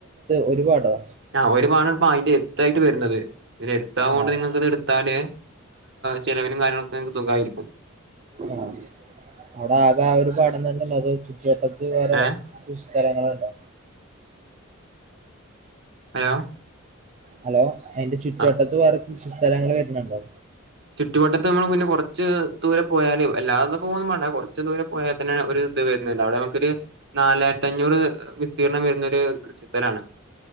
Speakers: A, on the right (about 35°); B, on the right (about 60°).
A: ഒരു പാടോ
B: ആ ഒരുപാട് പയി ായിട്ട് വരുന്നത് ഇതിന എടുത്ത കൊണ്ട്
A: ആഹ്
B: നിങ്ങക്ക്ത് എടുത്താല് ചിലവിനും കാര്യങ്ങളൊക്കെങ്ങക്ക് സുഖമായിരിക്കും
A: ആ അവിടെ ആകെ ആ ഒരു പാടം തന്നെല്ലോ അതോ ചുറ്റുവട്ടത്ത് വേറെ
B: ഏ
A: സ്ഥലങ്ങളുണ്ടോ
B: ഹലോ
A: ഹലോ എന്റെ ചുറ്റുവട്ടത്ത്
B: ആ
A: വേറെ കുൃഷ സ്ഥലങ്ങള്ൾ വണണ്ടോ
B: ചുറ്റുുവട്ടത്തെ നമ്മൾ പിന്നെ കൊറച്ച് ദൂരെ പോയാാലും എല്ലാതും പോകുന്നു വേ കുറച്ച ദൂരെ പോയാൽ തന്നെ ഒരു ഇത് വരുന്നുുന്നണ്ട് അവിടെ നമുൊരു നാലര തത്തഞ്ഞൂറ് വിസ്തീർണം വരുന്ന ഒരു കൃഷിസ്ഥഥലാണ്